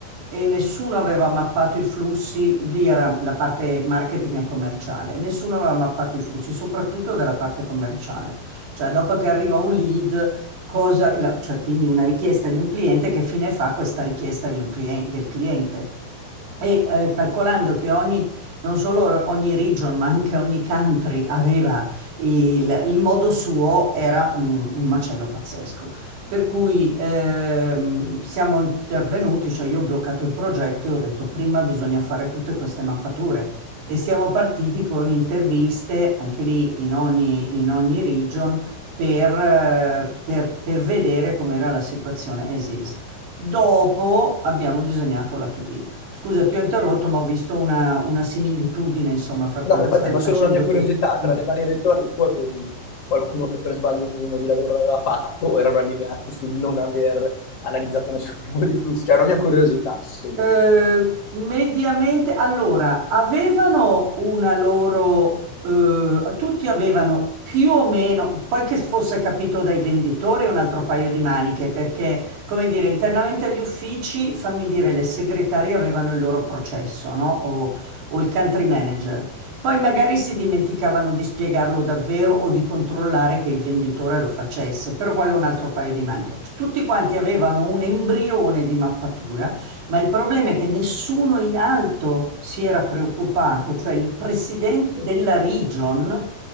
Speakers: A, on the right; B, on the left.
A: e nessuno aveva mappato i flussi, lì era la parte marketing e commerciale, nessuno aveva mappato i flussi, soprattutto dalla parte commerciale. Cioè, dopo che arriva un lead, cosa, la- cioè, quindi una richiesta di un cliente, che fine fa questa richiesta di un clien- del cliente? E eh, calcolando che ogni non solo ogni region, ma anche ogni country aveva il, il modo suo, era un, un macello pazzesco. Per cui ehm, siamo intervenuti, cioè io ho bloccato il progetto e ho detto prima bisogna fare tutte queste mappature e siamo partiti con interviste anche lì in ogni, in ogni region per, eh, per, per vedere com'era la situazione as is. Dopo abbiamo disegnato la 2B Scusa, ti ho interrotto, ma ho visto una, una similitudine, insomma, fra
B: No,
A: quello
B: ma
A: che
B: infatti,
A: stavi
B: ma
A: facendo
B: solo una mia curiosità,
A: tu.
B: tra
A: Mm.
B: le varie regioni tu avevi qualcuno che per sbaglio un minimo di lavoro l'aveva fatto o erano allineati sul non aver analizzato nessun <laughs> tipo di flusso? Cioè, è una mia curiosità. Sì.
A: Eh, mediamente, allora, avevano una loro, eh, tutti avevano più o meno, poi che fosse capito dai venditori, è un altro paio di maniche, perché, come dire, internamente agli uffici, fammi dire, le segretarie avevano il loro processo, no? O, o il country manager. Poi magari
B: Eh.
A: si dimenticavano di spiegarlo davvero o di controllare che il venditore lo facesse, però quello è un altro paio di maniche. Tutti quanti avevano un embrione di mappatura ma il problema è che nessuno in alto si era preoccupato, cioè il presidente della region